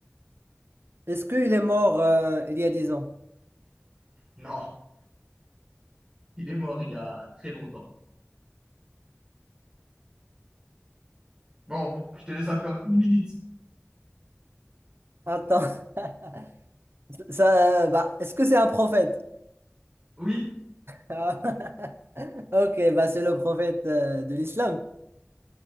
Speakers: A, on the right; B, on the right.
A: Est-ce qu'il est mort euh, il y a 10 ans?
B: Non. Il est mort il y a très longtemps. Bon, je te laisse encore une minute.
A: Attends. <laughs> Ça, euh, bah, est-ce que c'est un prophète?
B: Oui?
A: Ah, <laughs> Ok, bah, c'est le prophète euh, de l'islam.